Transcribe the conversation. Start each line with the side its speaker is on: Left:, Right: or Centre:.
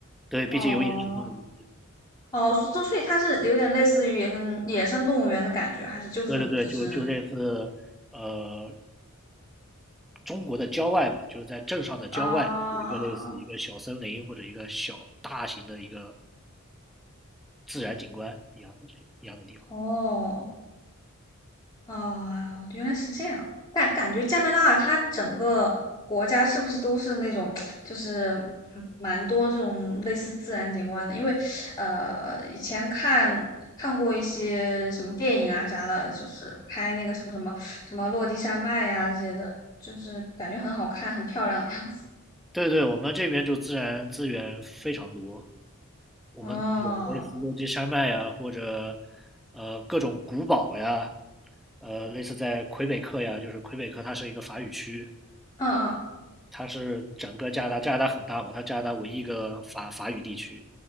Centre: 对，毕竟有野生动物，
Left: 哦哦，所所以它是有点类似于野生野生动物园的感觉，还是就是只是
Centre: 对对对，就就类似呃中国的郊外吧，就是在镇上的郊外有一个类似一个小森林或者一个小大型的一个
Left: 啊
Centre: 自然景观一样的一样的地方。
Left: 哦哦，原来是这样。但感觉加拿大它整个国家是不是都是那种，<tsk> 就是嗯蛮多这种类似自然景观的？因为呃，以前看看过一些什么电影啊啥的，就是拍那个什么什么什么落基山脉呀、这些的，就是感觉很好看、很漂亮的样子。
Centre: 对对，我们这边就自然资源非常多，我们有类似落基山脉呀，
Left: 哦，
Centre: 或者呃各种古堡呀，呃，类似在魁北克呀，就是魁北克它是一个法语区，
Left: 嗯嗯
Centre: 它是整个加拿大，加拿大很大嘛，它加拿大唯一一个法法语地区，